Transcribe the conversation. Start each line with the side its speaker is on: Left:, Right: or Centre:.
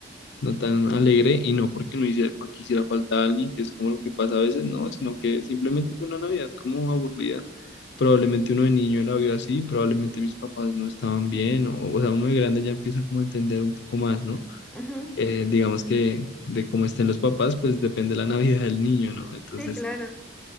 Left: no tan alegre y no porque no hiciera, porque hiciera falta alguien, que es como lo que pasa a veces, no, sino que simplemente fue una navidad como aburrida. Probablemente uno de niño la vio así, probablemente mis papás no estaban bien, o, o sea, uno de grande ya empieza como a entender un poco más, ¿no?
Centre: Ujú.
Left: Eh, digamos que de cómo estén los papás, pues depende la <laughs> Navidad del niño, ¿no? Entonces,
Centre: Sí, claro.